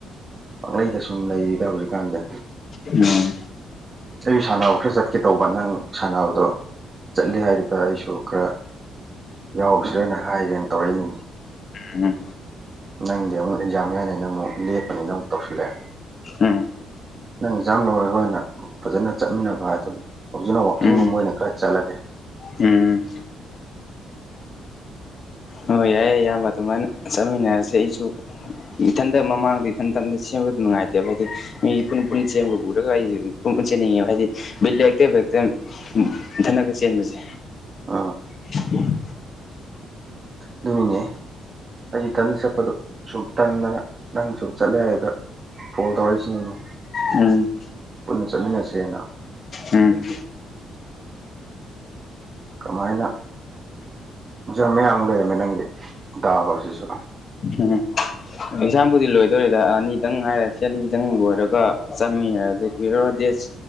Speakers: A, on the right; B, on the left.
A: ꯄꯥꯛꯂꯩꯗ ꯁꯨꯝ ꯂꯩꯔꯤꯗ ꯍꯧꯖꯤꯛ ꯀꯥꯟꯗꯦ
B: ꯎꯝ
A: ꯑꯩꯁꯨ ꯁꯥꯟꯅꯕ ꯈꯔ ꯆꯠꯀꯦ ꯇꯧꯕ ꯅꯪ ꯁꯥꯟꯅꯕꯗꯣ ꯆꯠꯂꯦ ꯍꯥꯏꯗꯨꯗ ꯑꯩꯁꯨ ꯈꯔ ꯌꯥꯎꯁꯤ꯭ꯔꯅ ꯍꯥꯏꯔꯦꯅ ꯇꯧꯔꯛꯏꯅꯤꯅꯤ
B: ꯑꯣ
A: ꯅꯪꯗꯤ ꯑꯃꯨꯛ ꯑꯦꯛꯖꯥꯝ ꯌꯥꯅꯤꯅ ꯑꯃꯨꯛ ꯂꯦꯞꯄꯅꯤꯅ ꯑꯃꯨꯛ ꯇꯧꯁꯤꯜꯂꯛꯑꯦ
B: ꯎꯝ
A: ꯅꯪ ꯑꯦꯛꯖꯥꯝ ꯂꯧꯔꯒ ꯑꯣꯏꯅ ꯐꯖꯅ ꯆꯠꯃꯤꯟꯅꯕ ꯍꯥꯏꯗꯨꯅꯤ ꯍꯧꯖꯤꯛꯅ ꯋꯥꯛꯀꯤꯡꯒꯨꯝꯕ
B: ꯎꯝ
A: ꯑꯣꯏꯅ ꯈꯔ ꯆꯠꯂꯒꯦ
B: ꯎꯝ ꯑꯣ ꯌꯥꯏꯌꯦ ꯑꯌꯥꯝꯕ ꯑꯗꯨꯃꯥꯏꯅ ꯆꯠꯃꯤꯟꯅꯔꯁꯦ ꯑꯩꯁꯨ ꯏꯊꯟꯇ ꯃꯃꯥꯡꯗ ꯏꯊꯟꯇꯟꯗ ꯁꯦꯝꯕꯗ ꯅꯨꯡꯉꯥꯏꯇꯦꯕ ꯑꯩꯗꯤ ꯃꯤ ꯄꯨꯟ ꯄꯨꯟ ꯆꯦꯟꯕ ꯎꯔꯒ ꯑꯩꯖꯨ ꯄꯨꯟ ꯄꯨꯟ ꯆꯦꯟꯅꯤꯡꯉꯦꯕ ꯍꯥꯏꯗꯤ ꯕꯤꯠꯂꯩꯇꯦꯕ ꯎꯝ ꯏꯟꯊꯅꯒ ꯆꯦꯟꯕꯖꯦ
A: ꯑꯥ
B: <unintelligible>
A: ꯑꯗꯨꯅꯤꯅꯦ ꯑꯩ ꯏꯊꯟꯗ ꯆꯠꯄꯗꯣ ꯁꯨꯝ ꯇꯟꯗꯅ ꯅꯪ ꯁꯨꯝ ꯆꯠꯂꯦ ꯍꯥꯏꯗꯨꯗ ꯐꯣꯟ ꯇꯧꯔꯛꯏꯁꯤꯅꯤꯅꯦ
B: ꯎꯝ
A: ꯄꯨꯟꯅ ꯆꯠꯃꯤꯟꯅꯁꯦꯅ
B: ꯎꯝ
A: ꯀꯃꯥꯏꯅ ꯖꯥꯝ ꯃꯌꯥꯝꯃꯨꯛ ꯂꯩꯔꯝꯃꯦ ꯅꯪꯒꯤ ꯗꯥꯎ ꯁꯤꯁꯨ
B: ꯎꯝ ꯑꯦꯛꯖꯥꯝꯕꯨꯗꯤ ꯂꯣꯏꯗꯣꯔꯦꯗ ꯑꯅꯤꯗꯪ ꯉꯥꯏꯔꯦ ꯁꯤ ꯑꯅꯤꯗꯪ ꯂꯣꯏꯔꯒ ꯆꯠꯃꯤꯟꯅꯔꯖꯦ ꯀꯨꯏꯔꯔꯣꯏ ꯗꯦꯁ